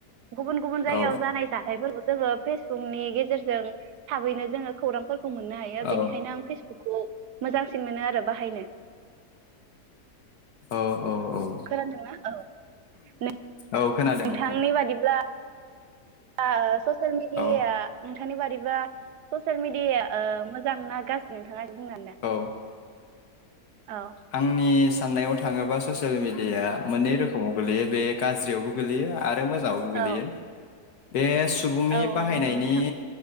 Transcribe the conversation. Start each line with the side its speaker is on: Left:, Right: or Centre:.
Right: गुबुन गुबुन जायगायाव
Left: औ
Right: जानाय जाथायफोर जोङो फेसबुकनि गेजेरजों थाबैनो जोङो खौरां फोर खौ मोननो हायो
Left: औ
Right: बेनिखायनो आं फेस खौ मोजांसिन मोनो आरो बाहायनो
Left: औ औ औ
Right: खोनादोंना औ नों नोंथांनि
Left: औ खोनादों नोंथां
Right: बादिब्ला आ सस ससियेल मिदियाया
Left: औ
Right: नोंथांनि बादि <unintelligible> ससेल मिडियाया मोजां ना गारजि नोंथाङा बुंनानै
Left: औ
Right: औ
Left: आंनिस साननायाव थाङोबा ससियेल मिडियाया मोननै रोखोमाव गोलैयो बे गाज्रियावबो गोलैयो आरो ओमफ्राय मोजाङावबो गोग्लैयो
Right: औ
Left: बे सुबुंनि
Right: औ
Left: बाहायनायनि
Right: नंगौ नोंथां